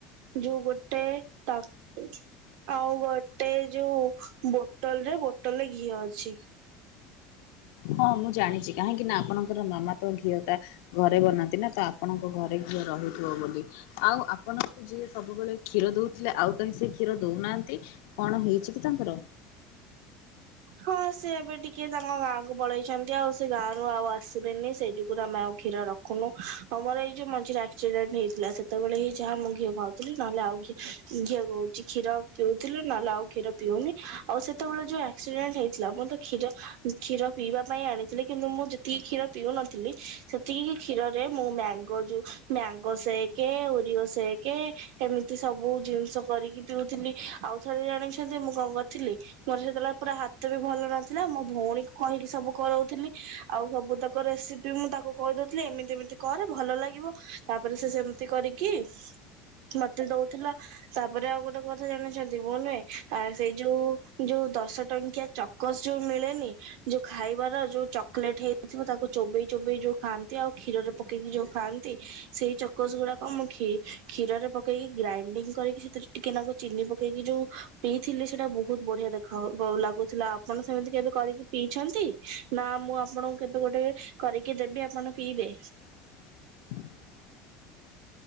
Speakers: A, on the right (about 65°); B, on the left (about 75°).
A: ଯୋଉ ଗୋଟେ ଆଉ ଗୋଟେ ଗୋଟେ ଯୋଉ ବୋଟଲ ରେ ବୋଟଲଟେ ଘିଅ ଅଛି।
B: ହଁ ମୁଁ ଜାଣିଛି କାହିଁକି ନା ଆପଣଙ୍କର ମାମା ତ ଘିଅ ତା ଘରେ ବନାନ୍ତି ନା ତ ଆପଣଙ୍କ ଘରେ ଘଅ ରହୁଥିବ ବୋଲି ଆଉ ଆପଣଙ୍କୁ ଯିଏ ସବୁବେଳେ କ୍ଷୀର କି ଦଉଥିଲେ ଆଉ କାହିଁ ସେ କ୍ଷୀର ଦଉନାହାନ୍ତି କଣ ହେଇଛି କି ତାଙ୍କର?
A: ହଁ ସେ ଏବେ ଟିକେ ତାଙ୍କ ଗାଁ କୁ ପଳେଇଛନ୍ତି ଆଉ ସେ ଗାଁରୁ ଆଉ ଆସିବେନି ସେ ଯୁଗୁରୁ ଆମେ ଆଉ କ୍ଷୀର ରଖୁନୁ ଆମର ଏଇ ଯୋଉ ମଝିରେ ଆକ୍ସିଡେଣ୍ଟ ହେଇଥିଲା ସେତବେଳେ ହିଁ ଯାହା ମୁଁ ଘିଅ ଖାଉଥିଲି ନହେଲେ ଘିଅ କହୁଛି କ୍ଷୀର ପିଉଥିଲି ନହେଲେ ଆଉ କ୍ଷୀର ପିଉନି ଆଉ ସେତେବେଳେ ଯୋଉ ଆକ୍ସିଡେଣ୍ଟ ହେଇଥିଲା ମୁଁ ତ କ୍ଷୀର କ୍ଷୀର ପିଇବା ପାଇଁ ଆଣିଥିଲି କିନ୍ତୁ ମୁଁ ଯେତିକି କ୍ଷୀର ପିଉନଥିଲି ସେତିକି କ୍ଷୀରରେ ମୁଁ ମ୍ୟାଙ୍ଗୋ ଯୋଉ ମ୍ୟାଙ୍ଗୋ ସେକେ ଓରିଓ ସେକେ ଏମିତି ସବୁ ଜିନିଷ କରିକି ପିଉଥିଲି ଆଉ ଥରେ ଜାଣିଛନ୍ତି। ମୁଁ କଣ କରିଥିଲି। ମୋର ସେତେବେଳେ ପୁରା ହାତ ବି ଭଲ ନଥିଲା। ମୋ ଭଉଣୀ କହିକି ସବୁ କରଉଥିଲି। ଆଉ ସବୁ ତାଙ୍କ ରେସିପି ମୁଁ ତା ତାକୁ କହିଦଉଥିଲେ। ଏମିତି ଏମିତି କରେ ଭଲ ଲାଗିବ ତାପରେ ସେ ସେମିତି କରିକି ମତେ ଦଉଥିଲା ତାପରେ ଆଉ ଗୋଟେ କଥା ଜାଣିଛନ୍ତି। ମୁଁ ନୁହେଁ ଆ ସେଇ ଯୋଉ ଯୋଉ ଦଶ ଏମିତିଆ ଚକୋସ ଯୋଉ ମିଳେ ନି। ଯୋଉ ଖାଇବାର ଯୋଉ ଚକଲେଟ ହେଇଥିବ। ତାକୁ ଚୋବେଇ ଚୋବେଇ ଯୋଉ ଉ, ଖାଆନ୍ତି ଆଉ କ୍ଷୀରରେ ପକେଇକି ଯୋଉ ଖାଆନ୍ତି। ସେଇ ଚକୋସ ଗୁଡାକ ମୁଁ କି କ୍ଷୀରରେ ପକେଇକି ଗ୍ରାଇଣ୍ଡିଙ୍ଗ କରିକି ସେଥିରେ ଟିକେ ନା ଚିନି ପକେଇକି ଯୋଉ ପିଇଥିଲି। ସେଟ ବହୁ ବଢିଆ ଦେଖାଯାଉ ଲାଗୁଥିଲା ଆପଣ ସେମିତି କେବେ କରିକି ପିଇଛନ୍ତି। ନା, ମୁଁ ଆପଣଙ୍କୁ କେବେ ଗୋଟେ କରିକି ଦେବେ ଆପଣ ପିଇବେ।
B: <inaudible>